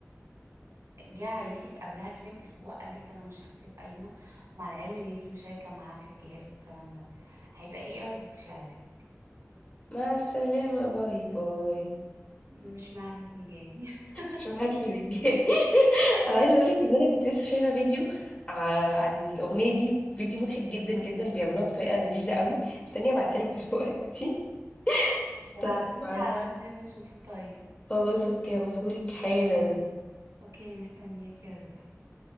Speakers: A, on the right (about 80°); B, on the left (about 25°).
A: جه عريسك قبلها كده باسبوع قالك انا مش هكتب قايمه ومع العلم ان انتي مشاركه معاه في الجهاز والكلام ده هيبقى ايه ردة فعلك
B: مع السلامه باي باي
A: مش معايا في الجاي <laughs>
B: مش معاكي بالجاي <laughs> انا عايزه اقول لك ان انا كنت لسه شايفه فيديو ع- عن الاغنيه دي فيديو مضحك جدا جدا بيعملوها بطريقه لذيذه قوي استني ابعتها لك دلوقتي <laughs> استني
A: ابعتولي
B: ابعت
A: على الواتساب اشوفه طيب
B: خلاص اوكي هبعتهولك حالا
A: اوكي مستنياك يا روحي